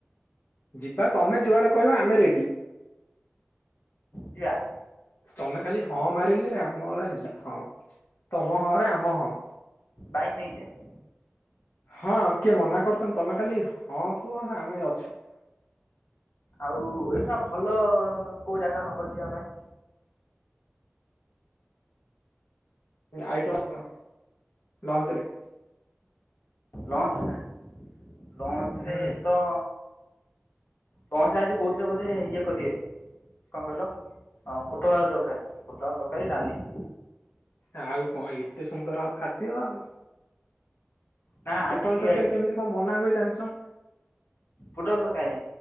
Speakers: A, on the left (about 75°); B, on the left (about 55°).
A: ଯିବା ତମେ ଯୁଆଡେ କହିବା ଆମେ ରେଡି?
B: ଯିବା।
A: ତମେ ଖାଲି ହଁ ମାରିଲେ, ଆମର ହେଲା ହଁ ତମ ହଁରେ ଆମ ହଁ।
B: ବାଇକ୍ ନେଇ ଯିବା।
A: ହଁ, କିଏ ମନା କରୁଛନ୍ତି? ତମେ ଖାଲି ହଁ କୁହ ଆମେ ଅଛୁ।
B: ଆଉ ଏଇସବ ଭଲ କୋଉ ଜାଗା ହବ ଯିବା ପାଇଁ?
A: ଆଇଟମ୍ କଣ ଲଞ୍ଚରେ?
B: ଲଞ୍ଚ ନା ଲଞ୍ଚରେ
A: ହୁଁ
B: ତ। ପହଞ୍ଚିଲା ଆଜି କହୁଥିଲେ ବୋଧେ ଇଏ କରିବେ। କଣ କହିଲ? ହଁ ପୋଟଳ ଆଳୁ ତରକାରୀ ପୋଟଳ ତରକାରୀ ଡାଲି।
A: ଆଉ କଣ ଏତେ ସୁନ୍ଦର ଖାଦ୍ୟ ଆଉ,?
B: ନା ଆଜି
A: ପୋଟଳ
B: ଟିକେ
A: ତରକାରୀ କେମିତି କଣ ବନା ହୁଏ ଜାଣିଛନ୍?
B: ପୋଟଳ ତରକାରୀ